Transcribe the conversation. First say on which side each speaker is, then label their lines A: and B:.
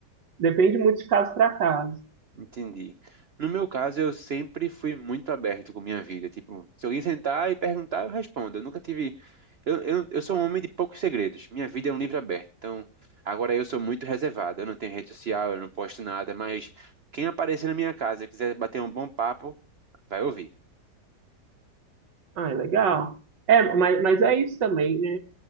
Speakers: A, on the right; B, on the right.
A: Depende muito de caso para caso.
B: Entendi. No meu caso, eu sempre fui muito aberto com minha vida. Tipo, se alguém sentar e perguntar, eu respondo. Eu nunca tive. Eu, eu, eu sou um homem de poucos segredos. Minha vida é um livro aberto. Então, agora eu sou muito reservado. Eu não tenho rede social, eu não posto nada. Mas quem aparecer na minha casa e quiser bater um bom papo, vai ouvir.
A: Ah, é legal. É, mas, mas é isso também, né?